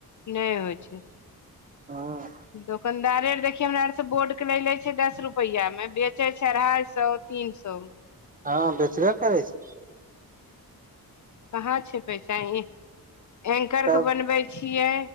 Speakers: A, on the left; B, on the right.
A: नै होइ छै
B: हँ
A: दोकानदारे देखि हमरा आर से बोर्ड के लै ले छै दस रुपैआ मे बेचै छै अढ़ाई सौ तीन सौ म
B: हँ बेचबे करै छै
A: कहाँ छै पैसा इह <inaudible> एंकर
B: तब
A: कऽ बनबै छियै